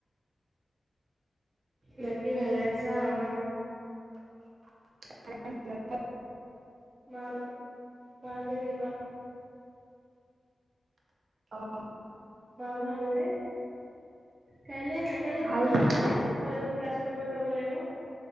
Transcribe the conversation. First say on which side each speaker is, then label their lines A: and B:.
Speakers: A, on the right; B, on the right.
A: বাকি ভালে আছা আৰু ন?
B: <inaudible>
A: মা মা কেনে কোৱো?
B: অহ।
A: মা ভাল নে? কাইলে না কাইলে
B: ভাল
A: মোৰ কাল্লছ
B: দিয়া ভাল
A: আছে, কলেজত ক্লাছ কৰিব যাব লাগিব।